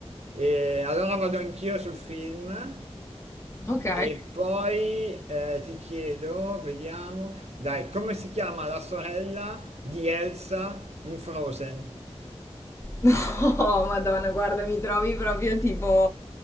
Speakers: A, on the right (about 75°); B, on the left (about 25°).
A: E allora vado anch'io sul film.
B: Ok.
A: E poi eh, ti chiedo, vediamo, dai, come si chiama la sorella di Elsa in Frozen?
B: No, <laughs> Madonna, guarda, mi trovi proprio tipo